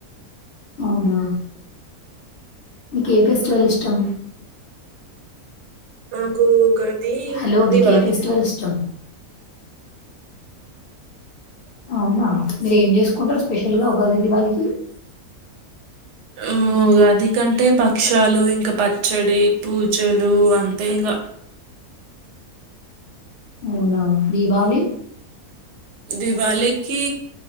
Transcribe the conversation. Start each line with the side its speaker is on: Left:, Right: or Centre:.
Left: అవునా మీకే ఏ ఫెస్టివల్ ఇష్టం
Right: నాకు గది
Left: హలో నీకు
Right: దివాలి
Left: ఏ ఫెస్టివల్ ఇష్టం అవునా మీరు ఏం చేసుకుంటారు స్పెషల్ గా ఉగాది దివళికి
Right: ఉమ్ ఉగాదికి అంటే బక్ క్షాలు ఇంకా పచ్చడి పూజలు అంతే ఇంగ
Left: అవునా దీపావళి
Right: దివాలీకి